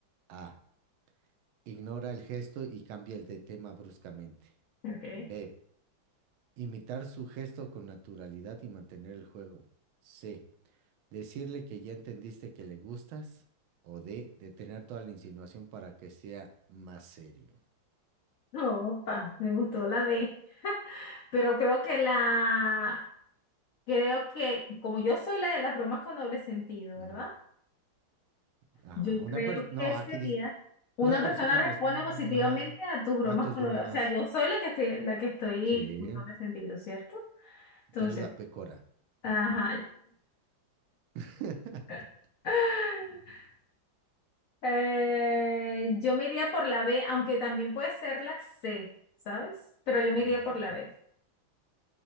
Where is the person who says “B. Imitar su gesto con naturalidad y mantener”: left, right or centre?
Right